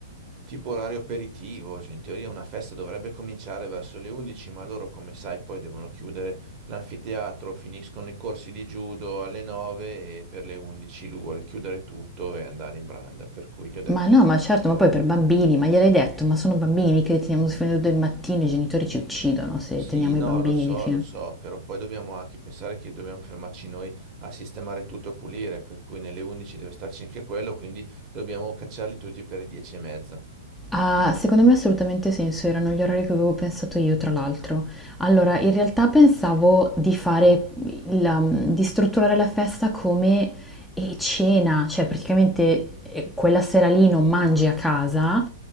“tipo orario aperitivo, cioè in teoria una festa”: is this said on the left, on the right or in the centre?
Right